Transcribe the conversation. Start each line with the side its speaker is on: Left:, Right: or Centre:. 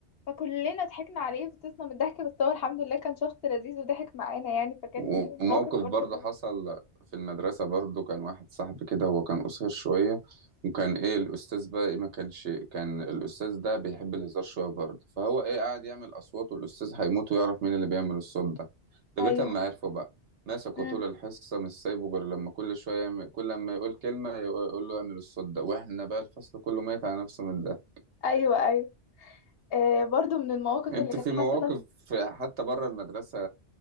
Left: فكلنا ضحكنا عليه وفطسنا من الضحك بس هو الحمد لله كان شخص لذيذ وضحك معانا يعني فكان
Right: وموقف
Left: دي من المواقف برضه
Right: برضه
Left: اللي
Right: حصل في المدرسة برضه كان واحد صاحبي كده هو كان قصير شوية وكان ايه الأستاذ بقى إيه ما كانش كان الأستاذ ده بيحب الهزار شوية برضه فهو ايه قاعد يعمل أصوات والأستاذ هيموت ويعرف مين اللي بيعمل الصوت ده لغاية
Left: ايوه
Right: أما عرفه بقى ماسكه
Left: مم.
Right: طول الحصة مش سايبه غير لما كل شوية يعمل كل لما يقول كلمة يقول له اعمل الصوت ده واحنا بقى الفصل كله ميت على نفسه من ده
Left: ايوه ايوه آه برضه من المواقف
Right: انت
Left: اللي كانت
Right: في
Left: حصلت
Right: مواقف في- حتى بره المدرسة